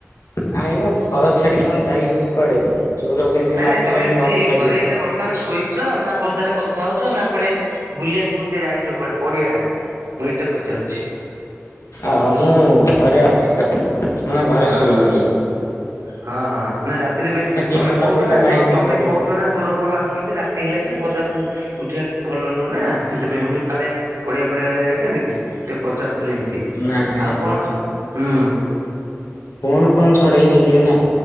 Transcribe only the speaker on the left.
ନାଇ ମୋ ଘର ଛାଡି କଣ ଯାଇ ହଉଛି କୁଆଡେ ଚୋର ଯେମିତି
ମାତିଚନ୍ତି
ଘରେ ଛାଡିବେ।
ଅହୋ ମୁଁ ଘରେ ଅଛି ପା ମୁଁ ଏଇନା ଘରେ
ଶୋଇଛି ଏ।
ଟିକେ
ମନେ
ପଇଲା
ଭାଇକି
ନଗେଇଦେଲି
ଆଉ।
ନାଇଁ ନାଇଁ
ଏ
ଫୋନ ଫୋନ୍ ଛଡେଇ ନେଇଯିବେ ନା